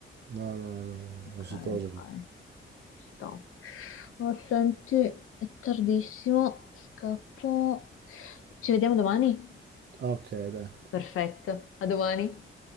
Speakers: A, on the right (about 55°); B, on the left (about 85°).
A: No, no, no, no,
B: Ok,
A: non si tosa.
B: ok. sta. Oh, senti, è tardissimo, scappo. Ci vediamo domani?
A: Ok, dai.
B: Perfetto, a domani.